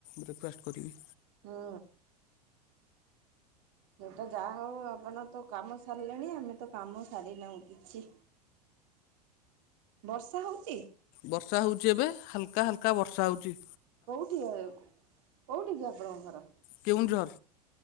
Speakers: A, on the left (about 45°); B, on the right (about 50°).
A: ବ୍ରେକ୍ ଫାଷ୍ଟ କରିବି।
B: ହୁଁ। ସେତ ଯାହା ହଉ ଆପଣ ତ କାମ ସାରିଲେଣି ଆମେ ତ କାମ ସାରିନାହୁଁ କିଛି। ବର୍ଷା ହଉଚି?
A: ବର୍ଷା ହୋଉଚି ଏବେ ହାଲକା ହାଲକା ବର୍ଷା ହୋଉଚି।
B: କୋଉଠିଏ କୋଉଠିକିି ଆପଣଙ୍କ ଘର?
A: କେଉଁଝର